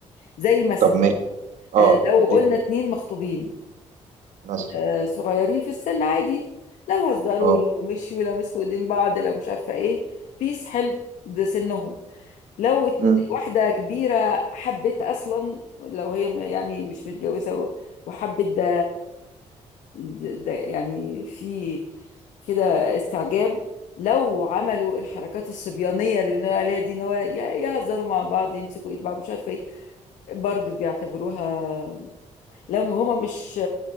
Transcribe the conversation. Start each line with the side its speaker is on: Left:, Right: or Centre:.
Left: زي مثلا
Right: طب ماشي اه
Left: آه، لو
Right: دي
Left: قلنا اتنين مخطوبين
Right: مثلا
Left: آه، صغيرين في السن عادي لو هزروا
Right: اه
Left: لو مشوا لو مسكوا ايدين بعض لو مش عارفه ايه بيس حلو ده سنهم لو اتن-
Right: مم.
Left: واحدة كبيرة حبت أصلا لو هي يعني مش متجوزة و- وحبت ده, ده, ده يعني في كده استعجاب لو عملوا الحركات الصبيانية اللي بنقول عليها دي ان هو ي- يهزروا مع بعض يمسكوا ايد بعض مش عارفة ايه برضه بيعتبروها لو هما مش